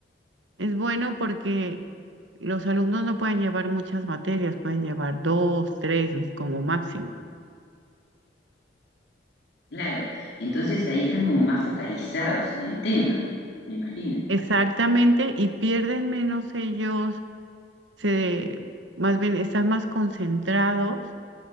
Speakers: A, on the right (about 80°); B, on the left (about 65°).
A: es bueno porque los alumnos no pueden llevar muchas materias, pueden llevar dos, tres como máximo.
B: Claro, entonces ahí están como más focalizados en el tema, me imagino.
A: Exactamente, y pierden menos ellos, se, más bien están más concentrados